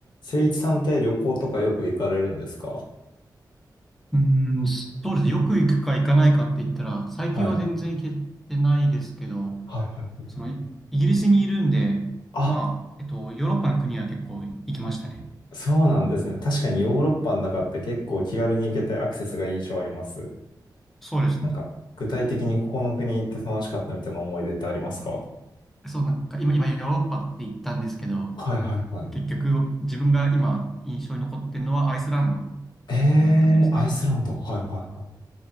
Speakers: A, on the left (about 80°); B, in the centre.
A: 誠一さんって旅行とかよく行かれるんですか
B: うーん、そうですね。よく行くか行かないかって言ったら、最近は全然行けてないですけど、
A: はい。はいはい。
B: その、イギリスにいるんで、
A: あ、
B: まあ、えっと、ヨーロッパの国は結構行きましたね。
A: そうなんですね。確かにヨーロッパの中って結構気軽に行けてアクセスがいい印象あります。
B: そうですね。
A: なんか、具体的にここの国行って楽しかったみたいな思い出ってありますか
B: そう、なんか今、今ヨーロッパって言ったんですけど、
A: はいはいはい。
B: 結局自分が今印象に残ってるのはアイスランド
A: えー、
B: かなって思ってて、
A: アイスランド。はいはいはい。ア